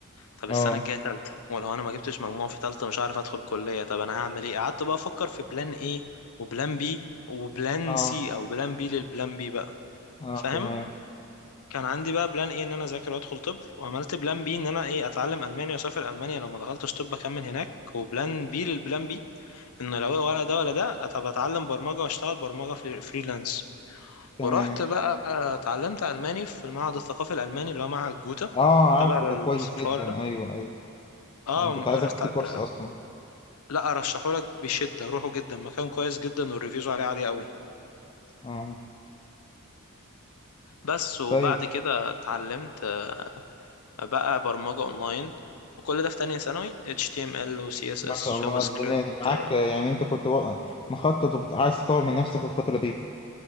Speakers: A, on the left; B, on the left.
A: طب
B: اه
A: السنة الجاية تالتة ولو أنا ما جبتش مجموع في تالتة مش عارف أدخل كلية طب أنا هعمل إيه قعدت بقى أفكر في بلان إيه وبلان بي وبلان
B: اه
A: سي أو بلان بي للبلان بي بقى
B: اه
A: فاهم
B: تمام
A: كان عندي بقى بلان إيه إن أنا أذاكر وأدخل طب وعملت بلان بي إن أنا إيه أتعلم ألمانيا وأسافر ألمانيا لو ما دخلتش طب أكمل هناك وبلان بي للبلان بي إنه لو ولا ده ولا ده طب أتعلم برمجة وأشتغل برمجة في فريلانس
B: تمام
A: ورحت بقى اتعلمت ألماني في المعهد الثقافي الألماني اللي هو معهد جوتا
B: اه
A: تبع
B: عارفه
A: للسفارة
B: ده كويس جدا
A: ده
B: ايوه ايوه
A: اه
B: انا كنت عايز اخد فيه كورس اصلا
A: لا ارشحهولك بشده روحه جدا مكان كويس جدا والريفيوز عليه عاليه قوي
B: اه
A: بس وبعد
B: طيب
A: كده اتعلمت آه، بقى برمجه اونلاين وكل ده في تانية ثانوي HTML و CSS
B: ما شاء الله
A: جافا سكريبت
B: الدنيا معاك
A: آه،
B: يعني انت كنت وا- مخطط وعايز تطور من نفسك في الفترة دي